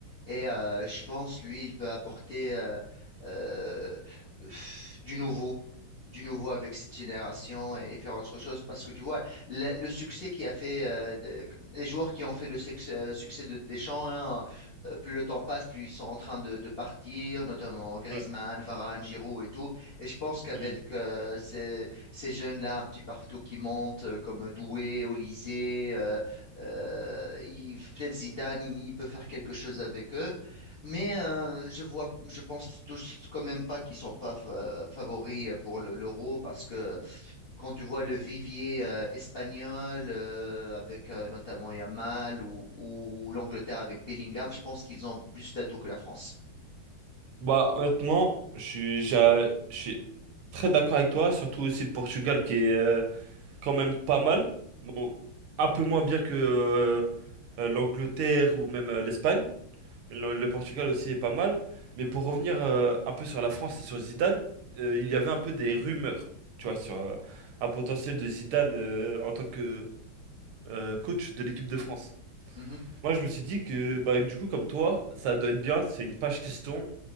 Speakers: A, on the left (about 75°); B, on the right (about 75°).
A: et euh, je pense, lui, il peut apporter euh, euh, pff, du nouveau. du nouveau avec cette génération et, et faire autre chose parce que tu vois le, le succès qui a fait euh, de- les joueurs qui ont fait le sexe- euh, succès de Deschamps hein, euh, plus le temps passe, plus ils sont en train de, de partir, notamment Griezmann,
B: Ouais.
A: Varane, Giroud et tout. Et je pense qu'avec
B: Mm.
A: euh, ces, ces jeunes-là un petit partout qui montent, euh, comme Doué, Olysée, euh, euh, il- peut-être Zidane, il, il peut faire quelque chose avec eux. Mais euh, je vois, je pense tous quand même pas qu'ils sont pas fa- favoris euh, pour le- l'euro parce que quand tu vois le vivier euh, espagnol euh, avec euh, notamment Yamal ou, ou l'Angleterre avec Bellingham, je pense qu'ils ont plus d'atouts que la France.
B: Bah, honnêtement, je suis, j'a- je suis très d'accord avec toi, surtout aussi le Portugal qui est euh, quand même pas mal. Bon, un peu moins bien que euh, euh, l'Angleterre ou même euh, l'Espagne. Le, le Portugal aussi est pas mal. Mais
A: Mm,
B: pour revenir euh, un peu sur la France et sur Zidane, euh, il y avait un peu des rumeurs, tu vois, sur euh, un potentiel de Zidane euh, en tant que euh, coach de l'équipe de France.
A: mhm,
B: Moi, je me suis dit que, bah, du coup, comme toi, ça doit être bien, c'est une page qui se tourne.